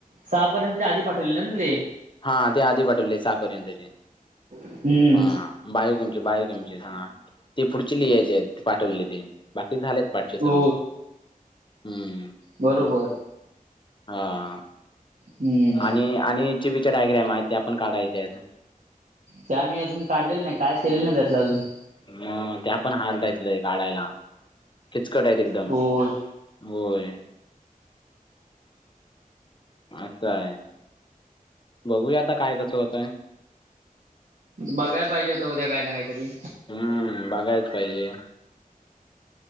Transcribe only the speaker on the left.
हा, ते आधी पाठवले सहापर्यंतचे.
हा. बायोकमस्ट्री, बायोकमस्ट्री हां! ते पुढचे लिहायचे आहेत, ते पाठवलेत ते. बाकी झालेत पाठचे सर्व.
हम्म.
हा,
आणि आणि चि बीचे डायग्रॅम आहेत त्या पण काढायच्या आहेत.
हम, त्या पण हार्ड आहेत लय काढायला. खिचकट आहेत एकदम.
होय. असं आहे. बघूया आता काय कसं होतंय.
हम्म, बघायच पाहिजे.